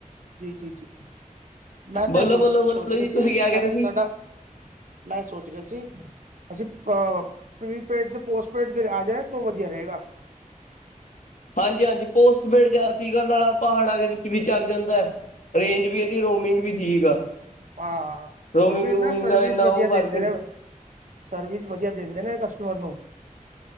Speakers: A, on the right (about 65°); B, on the left (about 65°).
A: ਜੀ-ਜੀ-ਜੀ ਮੈਂ
B: ਬੋਲੋ
A: ਤਾਂ ਸੋਚ-ਸੋਚ
B: ਬੋਲੋ ਬੋਲੋ
A: ਰਹੇ
B: ਜੀ
A: ਸੀ
B: ਤੁਸੀਂ ਕਿਆ
A: ਅ
B: ਕਹਿ ਰਹੇ ਸੀ
A: ਸਾਡਾ ਮੈਂ ਸੋਚ ਰਿਹਾ ਅਸੀਂ ਪ੍ਰੀਪੇਡ ਸੇ ਪੋਸਟਪੇਡ ਤੇ ਆ ਜਾਏ। ਤਾਂ ਵਧੀਆ ਰਹੇਗਾ।
B: ਹਾਂਜੀ- ਹਾਂਜੀ ਪੋਸਟਪੇਡ ਜਿਆਦਾ ਸੀਗਾ ਨਾਲ ਪਹਾੜਾਂ ਦੇ ਵਿੱਚ ਵੀ ਚੱਲ ਜਾਂਦਾ ਐ। ਰੇਂਜ ਵੀ ਇਹਦੀ ਰੋਮਿੰਗ ਵੀ ਠੀਕ ਆ।
A: ਆਹ,
B: ਰੋਮਿੰਗ
A: ਉਹ ਵੀ
B: ਰੂਮਿੰਗ
A: ਨਾ ਸਰਵਿਸ
B: ਦਾ ਇੰਨਾ
A: ਵਧੀਆ
B: ਉਹ ਫ਼ਰਕ
A: ਦਿੰਦੇ
B: ਨੀ
A: ਨੇ ਸਰਵਿਸ ਵਧੀਆ ਦਿੰਦੇ ਨੇ ਕਸਟਮਰ ਨੂੰ